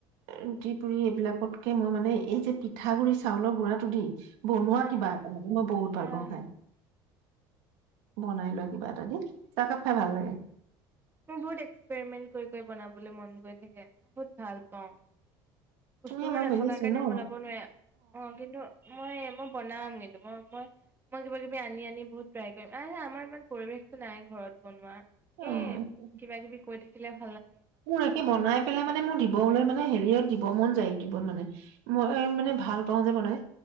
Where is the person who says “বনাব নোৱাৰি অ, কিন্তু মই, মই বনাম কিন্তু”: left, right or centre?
Right